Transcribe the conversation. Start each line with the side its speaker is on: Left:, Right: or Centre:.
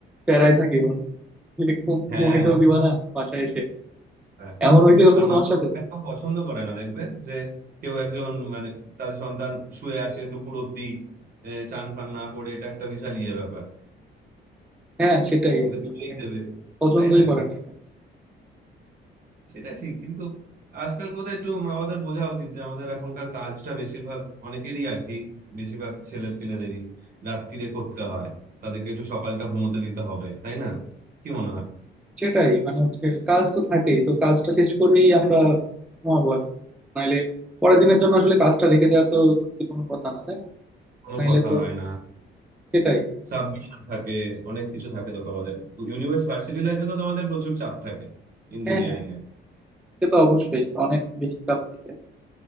Centre: প্যারায় থাকি বন্ধু যে ঘুম
Right: হ্যাঁ
Centre: ঘুমাইতেও
Right: হ্যাঁ।
Centre: দিবা না বাসায় এসে
Right: হ্যাঁ
Centre: এমন হয়েছে কখনো
Right: আর মা
Centre: তোমার সাথে
Right: বাবা এটাও পছন্দ করে না দেখবে যে কেউ একজন মানে তার সন্তান শুয়ে আছে দুপুর অব্দি আহ, চান ফান না করে এটা একটা বিশাল ইয়ে ব্যাপার
Centre: হ্যাঁ সেটাই আর
Right: ওদের
Centre: কি
Right: খেয়েই
Centre: মানে
Right: দেবে
Centre: পছন্দই
Right: তাই না
Centre: করে না এটা
Right: সেটা ঠিক কিন্তু আজকাল বোধহয় একটু মা বাবাদের বোঝা উচিত যে আমাদের এখনকার কাজটা বেশিরভাগ অনেকেরই আর কি বেশিরভাগ ছেলে পিলেদেরই রাত্তিরে করতে হয় তাদেরকে একটু সকালটা ঘুমোতে দিতে হবে তাই না কি মনে হয়
Centre: সেটাই মানে হচ্ছে কাজ তো থাকেই তো কাজটা শেষ করেই আমরা ঘুমাবো আর কি। নাইলে পরের দিনের জন্য আসলে কাজটা রেখে দেওয়া তো যুক্তি কোনো কথা না তাই না
Right: কোনো
Centre: নাইলে
Right: কথা
Centre: তো
Right: হয় না
Centre: সেটাই
Right: সাবমিশন থাকে অনেক কিছু থাকে তো তোমাদের ইউনিভার্স ভার্সিটি লাইফে তো তোমাদের প্রচুর চাপ থাকে ইঞ্জিনিয়ারিং
Centre: হ্যাঁ হ্যাঁ
Right: এ
Centre: সে তো অবশ্যই অনেক বেশি চাপ থাকে